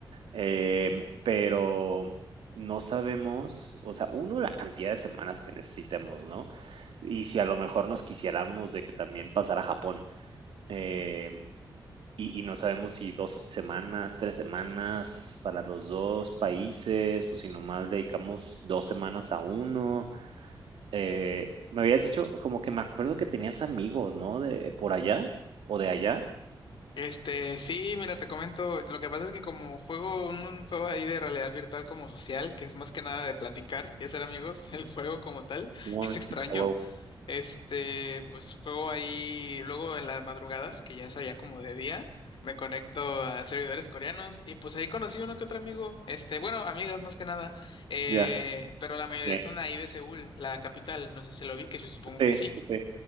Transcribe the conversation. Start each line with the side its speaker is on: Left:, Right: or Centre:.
Right: em, pero no sabemos, o sea, uno la cantidad de semanas que necesitemos, ¿no? Y si a lo mejor nos quisiéramos de que también pasar a Japón, em, y y no sabemos si 2 semanas, 3 semanas para los 2 países, o si nomás dedicamos 2 semanas a uno. Eh, me habías dicho, como que me acuerdo que tenías amigos, ¿no? De por allá o de allá.
Left: Este, sí, mira, te comento, lo que pasa es que como juego un, un juego ahí de realidad virtual como social, que es más que nada de platicar y hacer amigos, <laughs> el juego como tal
Right: No
Left: es
Right: mames,
Left: extraño.
Right: a huevo.
Left: Este, pues juego ahí luego en las madrugadas, que ya es allá como de día, me conecto a servidores coreanos y pues ahí conocí uno que otro amigo, este, bueno, amigas más que nada, eh,
Right: Ya,
Left: pero la mayoría
Right: ya.
Left: son ahí de Seúl, la capital, no sé si lo vi, que yo supongo
Right: Sí,
Left: que sí.
Right: sí, sí.